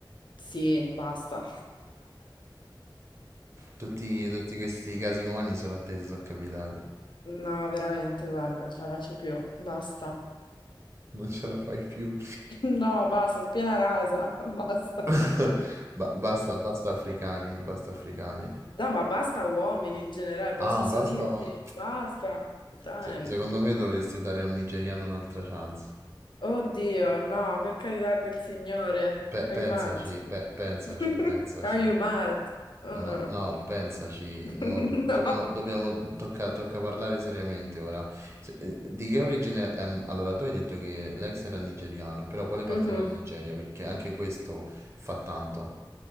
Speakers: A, on the left; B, on the right.
A: sì, basta.
B: Tutti, tutti questi casi umani solo a te ti sono capitati.
A: No, veramente, guarda, non ce la faccio più, basta.
B: Non ce la fai più.
A: <laughs> No, basta, piena rasa, <laughs> basta.
B: <laughs> Ba- basta, basta africani, basta africani.
A: No, ma basta uomini in generale, posso
B: Ah, basta.
A: dirti, basta. Dai.
B: Se- secondo me dovresti dare a un nigeriano un'altra chance.
A: Oddio, no, per carità del Signore.
B: Pe-
A: Are
B: pensaci,
A: you mad?
B: pe- pensaci,
A: <laughs>
B: pensaci.
A: Are you mad? Uh-uh.
B: No, no, pensaci,
A: <laughs>
B: mo do- dobbiamo,
A: No.
B: dobbiamo- tocca, tocca parlare seriamente ora. Se- eh, di che origine è? m- Allora, tu hai detto che l'ex era nigeriano, però quale parte
A: Mhm.
B: della Nigeria? Perché anche questo fa tanto.